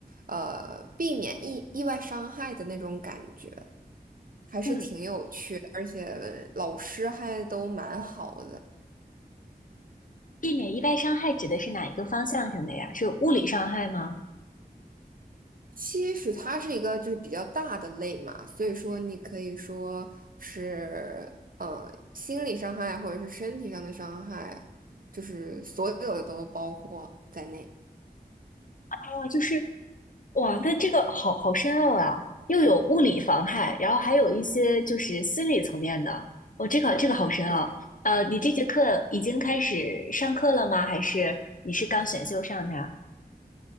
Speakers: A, on the right; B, on the left.
A: 呃，避免意意外伤害的那种感觉，还是挺有趣的，
B: 嗯，
A: 而且老师还都蛮好的。
B: 避免意外伤害指的是哪一个方向上的呀？是物理伤害吗？
A: 其实它是一个就是比较大的类嘛，所以说你可以说是呃心理伤害或者是身体上的伤害，就是所有的都包括在内。
B: 哦，就是，哇，那这个好好深奥啊，又有物理防害，然后还有一些就是心理层面的。哦，这个这个好深奥。
A: 对，
B: 呃，你这节课已经开始上课了吗？还是你是刚选修上它？